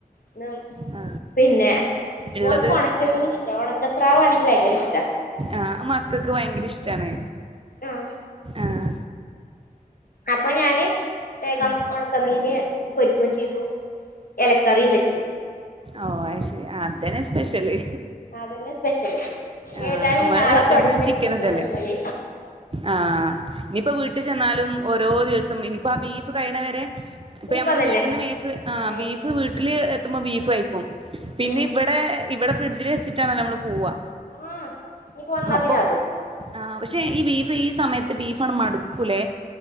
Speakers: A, on the left (about 75°); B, on the right (about 40°).
A: ഇന്ന്
B: ആ
A: പിന്നെ
B: ഇള്ളത്
A: മോൾക്ക് ഒണക്കമീഷ്ട്ട. ഒണക്കസ്രാവാണെങ്കി ഭയങ്കര ഇഷ്ട.
B: ആഹ് മക്കക്ക് ഭയങ്കര ഇഷ്ടാണ്.
A: അഹ്
B: ആഹ്
A: അപ്പൊ ഞാന് വേഗം
B: ഉം
A: ഒണക് ക്കമീന് പൊരിക്കും ചെയ്തു. എലക്കറിയും വെച്ചു.
B: ഓഹ് അയ്ശെരി അതന്നെ സ്പെഷ്യല്.
A: അതെന്നെ സ്പെഷ്യല്.
B: ആഹ്
A: ഏതായാലും
B: നമ്മള്
A: ഇഞ് നാളെ തൊടങ്ങിയാണ്
B: എന്നും ചിക്കൻ
A: തീറ്റ
B: ഇതല്ലേ
A: തൊടങ്ങിയാലേ.
B: ആഹ് ഇഞ്ഞ്പ്പ വീട്ട് ചെന്നാലും ഓരോ ദിവസം ഇനിപ്പോ ആ ബീഫ് കഴ്ണവരെ. ഇപ്പ
A: ഇനിയിപ്പ
B: ഞമ്മള്
A: അതന്നെ
B: വീട്ട്ന്ന് ബീഫ് ആഹ്
A: ഏയ്
B: ബീഫ് വീട്ടില് എത്തുമ്പോ ബീഫയ്ക്കും. പിന്നെ
A: ഉം
B: ഇബ്ടെഹ് ഇബെടെ ഫ്രിഡ്ജില് വെച്ചിട്ടാണല്ലോ അമ്മള് പോവാ
A: ആഹ് ഇനിയിപ്പോ വന്നാ
B: അപ്പം.
A: പിന്നെ അതും
B: ആഹ് പക്ഷെ ഈ ബീഫ് ഈ സമയത്ത് ബീഫാണ് മട്ക്കുലേ.